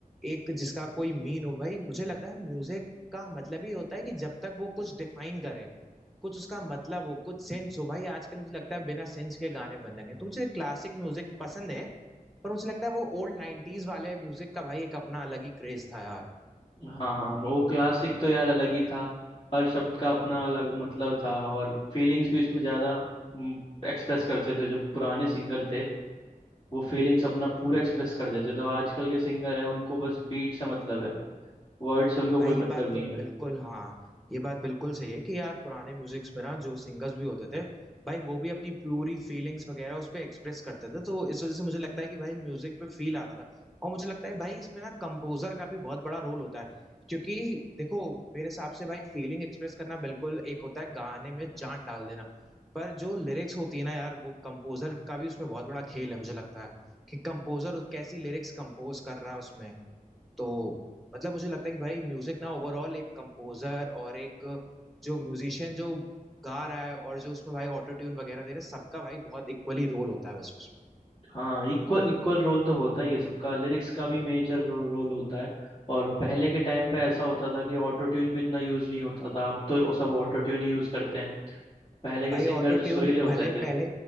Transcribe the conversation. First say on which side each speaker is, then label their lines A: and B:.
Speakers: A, in the centre; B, on the left.
A: एक जिसका कोई मीन हो भाई मुझे लगता है म्यूजिक का मतलब ही होता है कि जब तक वो कुछ डिफाइन करे कुछ उसका मतलब हो कुछ सेंस हो भाई आजकल मुझे लगता है बिना सेंस के गाने बन रहे हैं तो मुझे क्लासिक म्यूजिक पसंद है पर मुझे लगता है वो ओल्ड नाइन्टीज वाले म्यूजिक का भाई एक अपना अलग ही क्रेज था यार
B: हाँ हाँ वो क्लासिक तो यार अलग ही था हर शब्द का अपना अलग मतलब था और फीलिंग्स भी उसमें ज़्यादा एक्सप्रेस करते थे जो पुराने सिंगर थे वो फीलिंग्स अपना पूरा एक्सप्रेस कर देते थे तो आजकल के सिंगर है उनको बस बीट से मतलब है वर्ड से उनको कोई
A: भाई ये
B: मतलब
A: बात
B: नहीं
A: तो बिल्कुल
B: है
A: हाँ ये बात बिल्कुल सही है कि यार पुराने म्यूजिक्स में ना जो सिंगर्स भी होते थे भाई वो भी अपनी पूरी फीलिंग्स वगैरह उस पर एक्सप्रेस करते थे तो इस वजह से मुझे लगता है कि भाई म्यूजिक में फील आता था और मुझे लगता है भाई इसमें ना कंपोजर का भी बहुत बड़ा रोल होता है क्योंकि देखो मेरे हिसाब से भाई फीलिंग एक्सप्रेस करना बिल्कुल एक होता है गाने में जान डाल देना पर जो लिरिक्स होती है ना यार वो कंपोजर का भी उसमें बहुत बड़ा खेल है मुझे लगता है कि कंपोजर कैसी लिरिक्स कंपोज कर रहा है उसमें तो मतलब मुझे लगता है कि भाई म्यूजिक ना ओवरऑल एक कंपोजर और एक जो म्यूजिशियन जो गा रहा है और जो उसमें भाई ऑटो ट्यून वगैरह दे रहे हैं सबका भाई बहुत इक्वली रोल होता है वैसे उसमें
B: हाँ इक्वल इक्वल रोल तो होता ही है सबका लिरिक्स का भी मेजर रोल होता है और पहले के टाइम पे ऐसा होता था कि ऑटो ट्यून भी इतना यूज नहीं होता था अब तो सब ऑटो ट्यून ही यूज करते हैं पहले के
A: भाई
B: सिंगर
A: ऑटो
B: जो
A: ट्यून
B: सुरीले होते
A: भले
B: थे
A: पहले